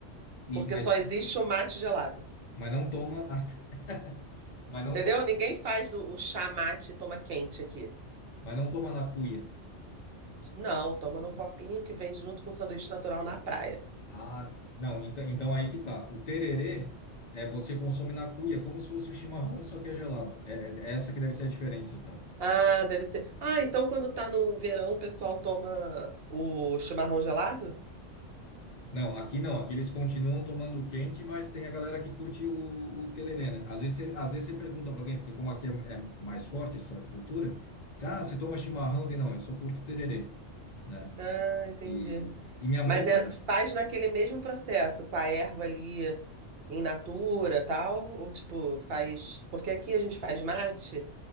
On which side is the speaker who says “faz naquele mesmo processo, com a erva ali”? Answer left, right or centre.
Right